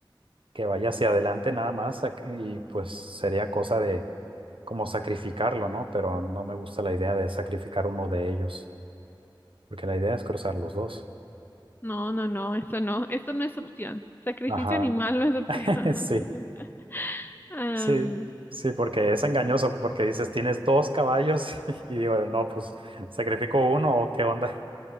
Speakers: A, on the right; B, on the left.
A: que vaya hacia adelante nada más sac- y pues sería cosa de como sacrificarlo, ¿no? Pero no me gusta la idea de sacrificar uno de ellos, porque la idea es cruzar los dos.
B: No, no, no, eso no, eso no es opción. Sacrificio
A: Ajá,
B: animal no es opción.
A: <laughs> sí,
B: <laughs> Am,
A: sí, sí, porque es engañoso, porque dices, tienes dos caballos <laughs> y digo, no, pues sacrifico uno o qué onda.